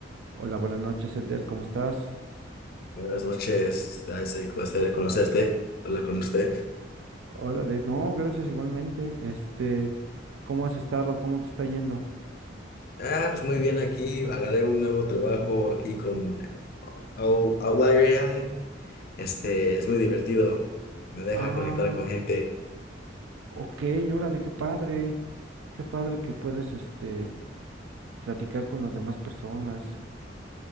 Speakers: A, on the right; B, on the left.
A: Hola, buenas noches, Elder, ¿cómo estás?
B: Buenas noches, Isaac. Placer conocerte, hablar con usted.
A: Hola, Les. No, gracias igualmente. Este, ¿cómo has estado? ¿Cómo te está yendo?
B: Ah, pues muy bien aquí. Agarré un nuevo trabajo aquí con Ou- Outlier AI. Este, es muy divertido. Me deja
A: Ah,
B: conectar con gente.
A: ok, órale, qué padre. Qué padre que puedes, este, platicar con las demás personas.